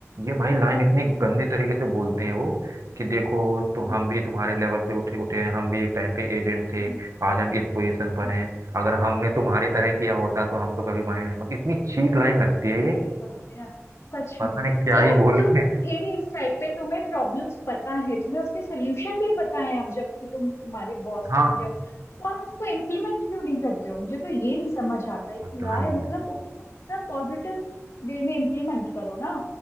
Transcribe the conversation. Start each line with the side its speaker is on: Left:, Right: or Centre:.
Right: ये भाई लाइन इतनी
Left: हम्म
Right: गंदे तरीके से बोलते हैं वो कि देखो तो
Left: हम्म
Right: हम भी तुम्हारे लेवल से उठे उठे हैं हम भी एक टाइम पे एजेंट थे
Left: हम्म,
Right: आज हम इस पोजीशन पर
Left: हम्म,
Right: हैं अगर हमने तुम्हारी तरह किया होता तो हम तो कभी बने नहीं पर इतनी चीप लाइन लगती है ये
Left: सही बात है यार सच
Right: पता
Left: में
Right: नहीं क्या
Left: मतलब
Right: ही बोल
Left: तुम
Right: रहे हैं
Left: थे इस टाइप पे तुम्हें प्रॉब्लम्स पता है तुम्हें उसके सल्यूशन भी पता है अब जबकि तुम हमारे बॉस
Right: हाँ
Left: बन गए हो तो आप उसको इम्प्लीमेंट क्यों नहीं करते हो मुझे तो ये नहीं समझ आता है कि
Right: पता
Left: यार
Right: नहीं
Left: मतलब
Right: है
Left: उसका पॉजिटिव वे में इम्प्लीमेंट करो ना